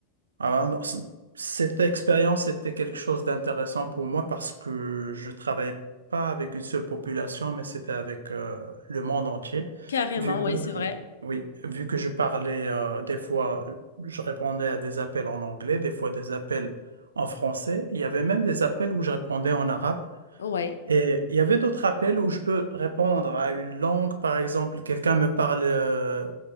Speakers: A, on the right; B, on the left.
A: Alors, non, c- cette expérience était quelque chose d'intéressant pour moi parce que je travaillais pas avec une seule population, mais c'était avec euh, le monde entier.
B: Carrément,
A: Vu que,
B: oui,
A: euh,
B: c'est vrai.
A: oui, vu que je parlais euh, des fois, je répondais à des appels en anglais, des fois des appels en français. Il y avait même des appels où je répondais en arabe.
B: Ouais.
A: Et il y avait d'autres appels où je peux répondre à une langue, par exemple, quelqu'un me parle, euh,